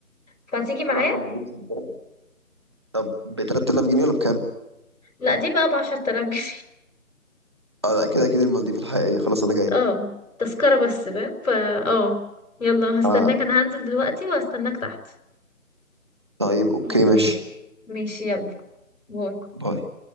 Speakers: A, on the left; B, on the right.
A: فتيجي معايا
B: رحم وجوز البر. طب ب 3000 جنيه ولا بكام؟
A: لا دي بقى بعشرة آلاف جنيه
B: آه لا، كده اكيد المالديف الحقيقيه خلاص
A: <laughs>
B: انا جاي
A: اه تذكرة بس فاهم فا اه يلا هستناك
B: آه،
A: انا هنزل دلوقتي وهستناك تحت
B: طيب اوكي
A: يلا
B: ماشي
A: بينا ماشي يلا باي
B: باي